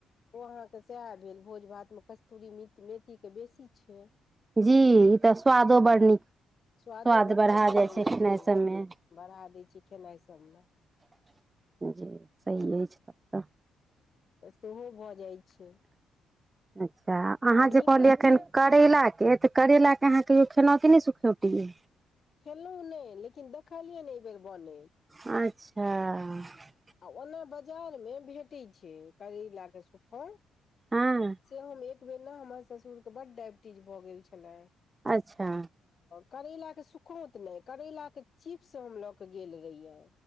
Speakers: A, on the left; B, on the right.
A: ओ अहाँक इएह भेल भोज भात मे कस्तूरी मेथी मेथी के बेसी छै
B: जी ई तऽ स्वादो बड्ड नीक
A: स्वादो
B: स्वाद
A: बड्ड
B: बढ़ा
A: नीक
B: जाइ
A: रहै
B: खेनाइ
A: छै
B: सबमे
A: बढ़ा दै छी खेनाइ सभमे
B: जे सही अछि तब तऽ
A: तऽ सेहो भऽ जाइत छै
B: अच्छा
A: आ
B: अहाँ जे
A: नीको
B: कहलियै एखन
A: छै
B: करैला तऽ करैेला के अहाँ कहियो खेलहु की नहि सुखौटी मे
A: खेलौं नहि लेकिन देखलियै ने एहि बेेर बनैत
B: अच्छा
A: आ ओना बाजारमे भेटै छै करैला कऽ सुखौंत
B: हँ
A: से हम एक बेर ने हमर ससुर के बड्ड डायबिटीज भऽ गेल छलैन्ह
B: अच्छा
A: करैला के सुखोंत नहि करैला के चिप्स हम लऽ के गेल रहिये